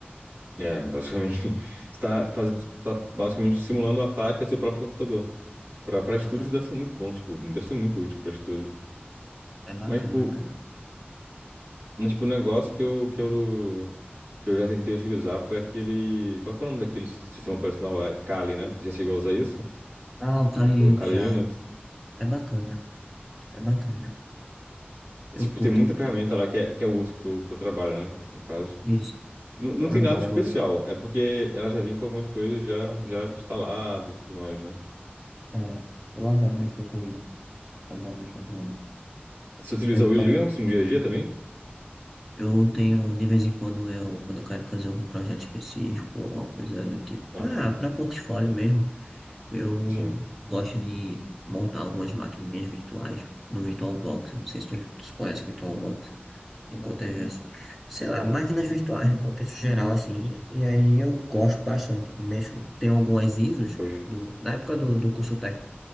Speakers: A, on the right; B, in the centre.
A: É, basicamente. <laughs> Você tá, faz... tá basicamente simulando o ataque ao seu próprio computador. Pra, pra estudos
B: Exato.
A: deve ser muito bom, tipo, deve ser muito útil pra estudo.
B: É bacana,
A: Mas, tipo,
B: cara.
A: Mas, tipo, o negócio que eu, que eu, que eu já tentei utilizar foi aquele. Qual que é o nome daquele si-, sistema operacional? É Kali, né? Já chegou a usar isso?
B: Ah, o Kali
A: O Kali
B: já.
A: Linux?
B: É bacana. É bacana.
A: Tipo,
B: Eu curto
A: tem muita ferramenta lá que é, que é útil pro, pro trabalho, né? No caso.
B: isso.
A: Não, não
B: Eu
A: tem
B: adoro.
A: nada especial, é porque ela já vem com algumas coisas já, já instaladas e tudo mais, né?
B: É, eu adoro mexer com Windows. Adoro mexer com Windows.
A: Você utiliza
B: Eu,
A: o Linux
B: tomo-
A: no dia a dia também?
B: eu tenho, de vez em quando, eu, quando eu quero fazer algum projeto específico, alguma coisa do tipo,
A: Aham,
B: pra, pra portfólio mesmo, eu
A: sim.
B: gosto de montar algumas maquininhas virtuais no VirtualBox. Eu não sei se tu conhece o VirtualBox. no contexto, sei lá, máquinas virtuais no contexto geral, assim, e aí eu gosto bastante, mexo, tem algumas ISOs,
A: Hoje.
B: do, da época do, do curso técnico,